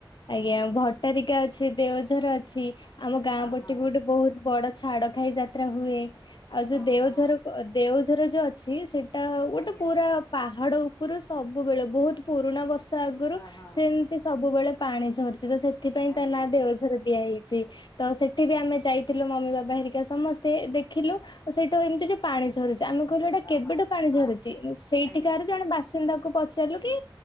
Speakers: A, on the left; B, on the left.
A: <inaudible> ଆଜ୍ଞା ଭଟାରିକା ଅଛି। ଦେଓଝର ଅଛି। ଆମ ଗାଁ
B: ଅହଁ
A: ପଟେ ବି ଗୋଟେ ବହୁତ ବଡ ଛାଡ଼ ଖାଇ ଯାତ୍ରା ହୁଏ। ଆଉ ଯୋଉ
B: ଅହଁ
A: ଦେଓଝର ଦେଉ ରେ ଯୋଉ ଅଛି ସେ ଗୋଟେ
B: ଆଜ୍ଞା
A: ପୁରା ପାହା ହାଡ଼ ଉପରୁ ସବୁବେଳେ ବହୁତ ପୁରୁଣା ବର୍ଷ ଆଗରୁ
B: ଅହଁ
A: ସେଇ ଯୋ ସବ୍ ସବୁବେଳେ ପାଣି ସରିଛି ତ ସେଥି ସେଥିପାଇଁ
B: ଆଜ୍ଞା
A: ତା ନା
B: ଆଜ୍ଞା
A: ଦେଓଝର ଦିଆହେଇଚି। ଛି। ତ ସେଠି ବି ଆମେ ଯାଇଥିଲୁ ମମି ବାବା ହେରିକା ସମସ୍ତେ ଦେଖିଲୁ ସେଠୁ ଏମିତି ଯୋଉ ପାଣି ଝରୁଚି ଆମେ କହିଲୁ ଏଇଟା
B: ଅହଁ
A: କେବେଠୁ ପାଣି
B: ହଁ
A: ଝରୁଛି ସେଇଠିକାର
B: ଆଜ୍ଞା
A: ଜଣେ ବାସି ସିନ୍ଦାକୁ ପଚାରିଲୁ କି?